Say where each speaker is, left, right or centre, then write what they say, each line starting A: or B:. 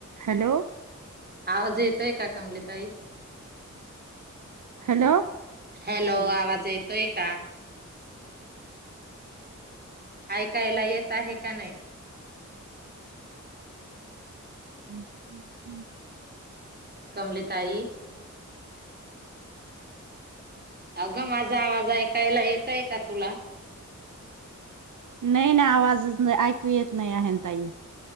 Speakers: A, on the right; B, on the right.
A: Hello
B: आवाज येतोय का कमलिताई?
A: हॅलो
B: हॅलो आवाज येतोय का? ऐकायला येत आहे का नाही?
A: <inaudible>
B: कमलेताई. अग माझा आवाज ऐकायला येतय का तुला?
A: नाही ना आवाज ऐकू येत नाही आहेन ताई.